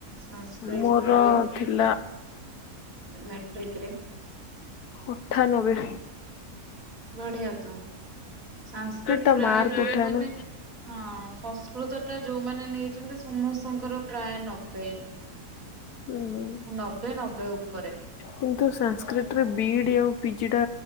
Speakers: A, on the right; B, on the left.
A: ସାଂସ୍କ୍ରିଟ
B: ମୋର
A: ରେ?
B: ଥିଲା
A: ମେଟ୍ରିକ ରେ।
B: ଅଠାନବେ।
A: ବଢିଆ ତ ସାଂସ୍କ୍ରିଟ
B: ଟା
A: ପ୍ରାୟ
B: ମାର୍କ
A: ଯୋଉମାନେ
B: ଉଠାଏ ନା
A: ହଁ ସଂସ୍କୃତ ତ ଯୋଉମାନେ ନେଇଛନ୍ତି ସମସ୍ତଙ୍କର ପ୍ରାୟ ନବେ।
B: ହୁଁ
A: ମୁଁ ନବେ ନବେ ଉପରେ।
B: କିନ୍ତୁ ସାଂସ୍କ୍ରିଟ ରେ ବିଇଡି ଆଉ ପିଜି ଟା